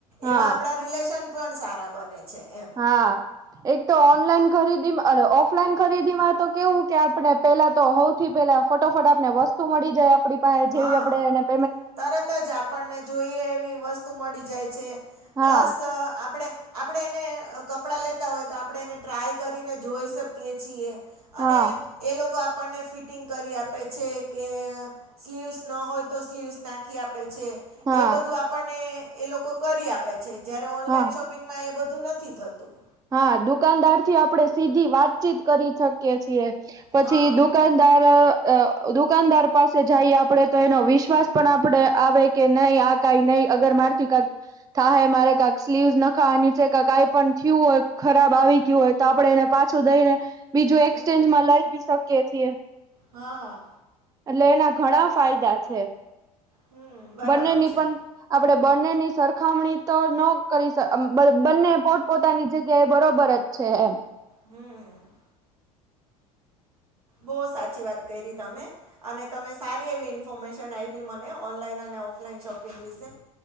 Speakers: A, on the right (about 20°); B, on the right (about 80°).
A: હા
B: એવા આપડા રિલેશન પણ સારા બને છે. એમ
A: હા એક તો ઓનલાઈન ખરીદી ઓફલાઈન ખરીદીમાં તો કેવું કે આપણે પેલા તો સૌથી પેલા ફોટો ફટાક ને વસ્તુ મળી જાય આપણી પાસે
B: હા
A: જેવી આપણે એનેે
B: તરત જ આપણને જોઈએ એવી વસ્તુ મળી જાય છે પ્લસ
A: હા
B: આપડે આપણે એને કપડાં લેતા હોય તો આપણે એને ટ્રાય કરીને જોઈ શકીએ છીએ. અને
A: હા
B: એ લોકો આપણને ફિટિંગ કરી આપે છે કે સ્લીવ્સ ન હોય તો સ્લીવ્સ નાખી આપે છે
A: હા
B: એ બધું આપણને એ લોકો કરી આપે છે જયારે ઓનલાઈન
A: હા
B: શોપિંગમાં એ બધું નથી થતું
A: હા દુકાનદારથી આપડે સીધી વાતચીત કરી શકીએ છીએ. પછી
B: હા
A: દુકાનદાર અ દુકાનદાર પાસે જઈએ આપડે તો એનો વિશ્વાસ પણ આપડે આવે કે નહી આ કઈ નહી અગર મારથી કક થાહે મારે કાક સ્લીવ નખાવાની છે કઈ પણ થયું હોય ખરાબ આવી ગયું હોય તો આપડે એને પાછું દઈને બીજું એક્સચેન્જ
B: હમ
A: માં લઈ ભી શકીએ કે છ એ
B: હા
A: એટલે એના ઘણા ફાયદા છે.
B: હમ બરાબર
A: બંનેની
B: છે
A: પણ આપડે બંનેની સરખામણી તો ન કરી બંને પોત પોતાની જગ્યા એ બરોબર જ છે એમ
B: હમ્મ બહુ સાચી વાત કરી તમે અને તમે સારી એવી ઇન્ફોર્મેશન આપી મને ઓનલાઈન ઓફલાઈન શોપિંગ વિશે